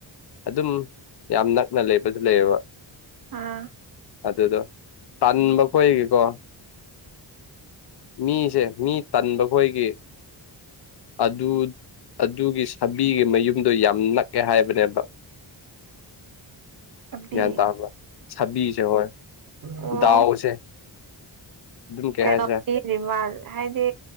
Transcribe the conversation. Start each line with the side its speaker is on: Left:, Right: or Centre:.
Left: ꯑꯗꯨꯝ ꯌꯥꯝ ꯅꯛꯅ ꯂꯩꯕꯁꯨ ꯂꯩꯌꯦꯕ
Right: ꯎꯝ
Left: ꯑꯗꯨꯗꯣ ꯇꯟꯕ ꯈꯣꯣꯏꯒꯦꯀꯣ ꯃꯤꯁꯦ ꯃꯤ ꯇꯟꯕ ꯈꯣꯏꯒꯤ ꯑꯗꯨ ꯑꯗꯨꯒꯤ ꯁꯥꯕꯤꯒꯤ ꯃꯌꯨꯝꯗꯣ ꯌꯥꯝ ꯅꯛꯑꯦ ꯍꯥꯏꯕꯅꯦꯕ
Right: ꯁꯥꯕꯤ
Left: ꯒ꯭ꯌꯥꯟ ꯇꯥꯕ꯭ꯔ ꯥꯁꯕꯤꯁꯦ ꯍꯣꯏ
Right: ꯑꯣ
Left: ꯗꯥꯎꯁꯦ ꯑꯗꯨꯝ ꯀꯩ
Right: ꯀꯩꯅꯣꯅꯤ
Left: ꯍꯥꯏꯁꯤꯔꯦ
Right: ꯔꯤꯃꯥꯟ ꯍꯥꯏꯗꯤ